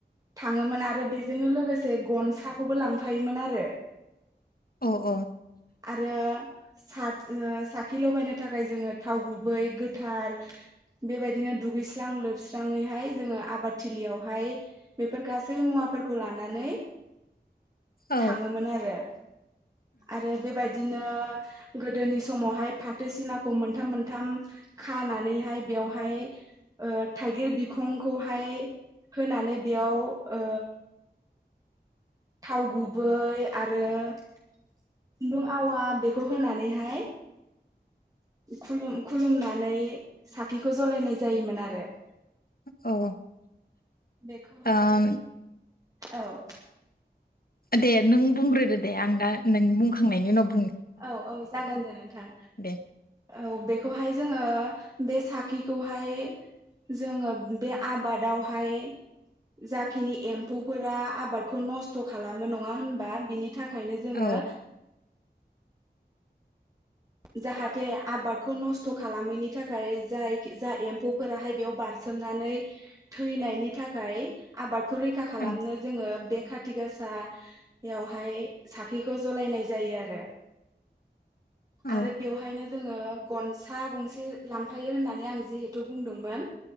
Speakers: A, on the right; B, on the left.
A: थाङोमोन आरो बेजोंनो लोगोसे गनसाखौबो लांफायोमोन आरो
B: अ अ
A: आरो सात सा थि लगायनो थाखाय जोङो थाव गुबै गोथार बेबायदिनो दुगैस्रां लोबस्राङैहाय जोङो आबादथिलियावहाय बेफोर गासै मुवाफोरखौ लानानै
B: औ
A: थाङोमोन आरो आरो बेबायदिनो गोदोनि समावहाय फाथोसिनाखौ मोनथाम मोनथाम खानानैहाय बेयावहाय अ थाइगिर बिखंखौहाय होनानै बेयाव अ थाव गुबै आरो खुन्दुं आवा बेखौ होनानैहाय खुलुम खुलुमनानै साखिखौ जलायनाय जायोमोन आरो। <inaudible>
B: औ
A: बेखौहाय
B: आं
A: औ
B: दे नों बुंग्रोदो दे आं दा नों बुंखांनायनि उनाव बुं
A: औ औ जागोन दे नोंथां
B: दे
A: औ बेखौहाय जोङो बे साखिखौहाय जोङो बे आबादावहाय जाखिनि एम्फौफोरा आबादखौ नस्थ' खालामो नङा होनबा बिनि थाखायनो जोङो
B: औ
A: जाहाथे आबादखौ नस्थ खालामैनि थाखाय जाय जा एम्फौफोराहाय बेयाव बारसोमनानै थैनायनि थाखाय आबाद खौ रैखा खालामनो
B: औ
A: जोङो बे खाथि गाासायावहाय साखैखौ जलायनाय जायो आरो
B: औ
A: आरो बेवहायनो जोङो गनसा गंसे लांफायो होननानै आं जिहेथु बुंदोंमोन